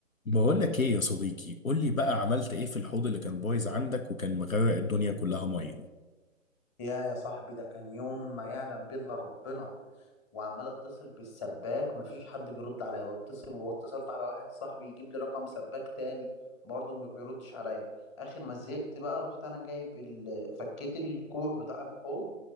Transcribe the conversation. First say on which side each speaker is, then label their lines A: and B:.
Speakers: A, on the left (about 80°); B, on the left (about 20°).
A: بقول لك ايه يا صديقي قول لي بقى عملت ايه في الحوض اللي كان بايظ عندك وكان مغرق الدنيا كلها ميه
B: يا يا صاحبي ده كان يوم ما يعلم به الا ربنا وعمال اتصل بالسباك مفيش حد بيرد عليا واتصل واتصلت على واحد صاحبي يجيب لي رقم سباك تاني برضه ما بيردش عليا اخر ما زهقت بقى رحت انا جايب ال... فكيت الكوع بتاع الحوض